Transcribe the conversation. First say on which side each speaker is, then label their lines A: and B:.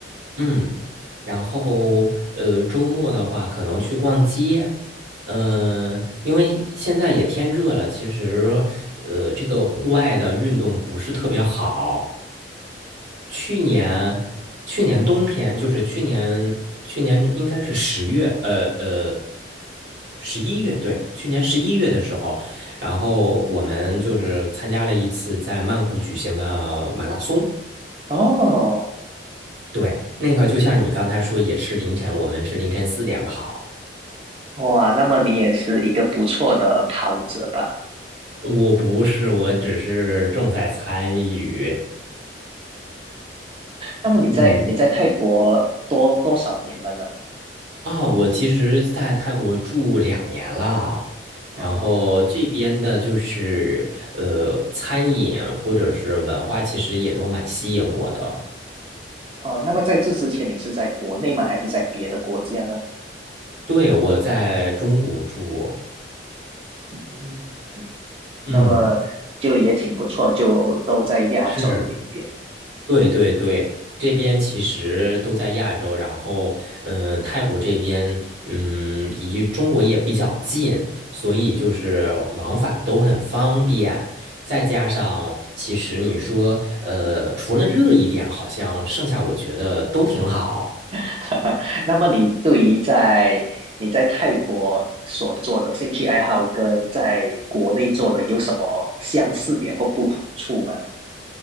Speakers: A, on the right; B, on the right.
A: 嗯，然后呃，周末的话可能去逛街，嗯、因为现在也天热了，其实呃，这个户外的运动不是特别好。去年去年冬天，就是去年去年应该是十月，呃呃，十一月，对，去年十一月的时候，然后我们就是参加了一次在曼谷举行的马拉松。
B: 哦，
A: 对，那个就像你刚才说，也是凌晨，我们是凌晨四点跑。
B: 哇，那么你也是一个不错的跑者吧？
A: 我不是，我只是重在参与。
B: 那么你在你在泰国多多少年了呢？
A: 嗯，啊、我其实在泰国住两年了，
B: 哦
A: 然后这边的就是呃，餐饮或者是文化，其实也都蛮吸引我的。
B: 哦，那么在这之前你是在国内吗？还是在别的国家呢？
A: 对，我在中国住，
B: 嗯，
A: 嗯，
B: 那么就也挺不错，就都在亚洲里边。
A: 是。对对对，这边其实都在亚洲，然后嗯，泰国这边嗯离中国也比较近，所以就是往返都很方便。再加上，其实你说呃，除了热一点，好像剩下我觉得都挺好。
B: <laughs> 那么你对于在你在泰国所做的兴趣爱好跟在国内做的有什么相似点或不同处吗？